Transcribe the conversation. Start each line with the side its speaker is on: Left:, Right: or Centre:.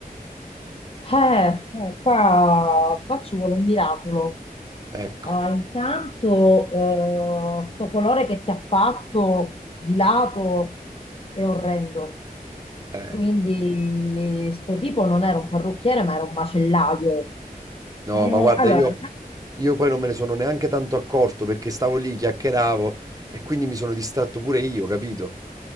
Left: Eh, eh, qua, qua ci vuole un miracolo.
Right: Ecco,
Left: Ah, intanto, eh, sto colore che ti ha fatto di lato è orrendo.
Right: eh.
Left: Quindi, sto tipo non era un parrucchiere, ma era un macellaio.
Right: No,
Left: Eh,
Right: ma guarda,
Left: allora,
Right: io, io poi non me ne sono neanche tanto accorto perché stavo lì, chiacchieravo e quindi mi sono distratto pure io, capito?